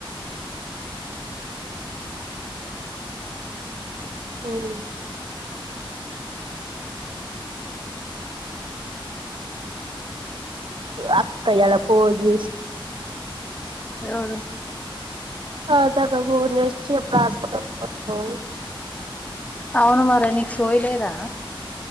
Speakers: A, on the right (about 65°); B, on the left (about 15°).
A: మ్ అక్కలా పోసి
B: ఎవర్వురు
A: అ త కబప్పు హాస్పిట కొ
B: అవును మరి నీకు సోయిలేదా